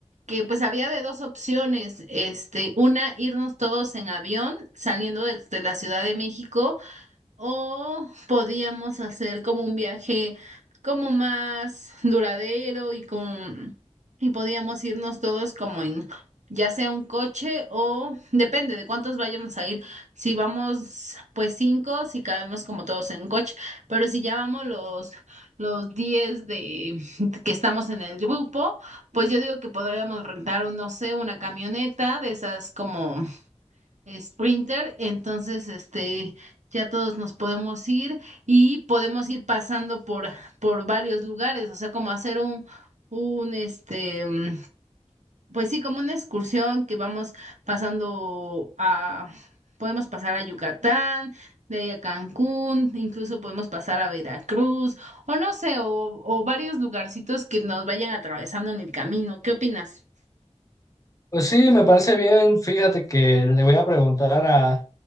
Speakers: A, on the right; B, on the left.
A: que pues había de dos opciones, este, una, irnos todos en avión saliendo de, de la Ciudad de México O podíamos hacer como un viaje como más duradero y con y podíamos irnos todos como en ya sea un coche o depende de cuántos vayamos a ir. Si vamos pues cinco, si cabemos como todos en un coche, pero si ya vamos los los diez de que estamos en el grupo, pues yo digo que podríamos rentar un, no sé, una camioneta de esas como Sprinter, entonces este ya todos nos podemos ir y podemos ir pasando por por varios lugares, o sea, como hacer un un este mm, pues sí, como una excursión que vamos pasando a podemos pasar a Yucatán, de ahí a Cancún, incluso podemos pasar a Veracruz o no sé, o o varios lugarcitos que nos vayan atravesando en el camino. ¿Qué opinas?
B: Pues sí, me parece bien. Fíjate que le voy a preguntar a,